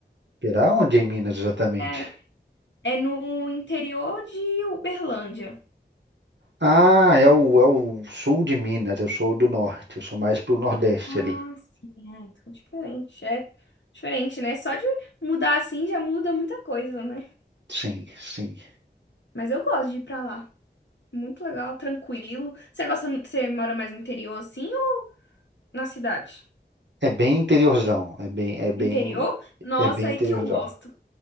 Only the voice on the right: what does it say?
Será onde é em Minas exatamente?
Ah, é o, é o sul de Minas, eu sou do norte, eu sou mais pro nordeste
ali.
Sim, sim.
É bem interiorzão, é bem, é bem,
é bem
interiorzão.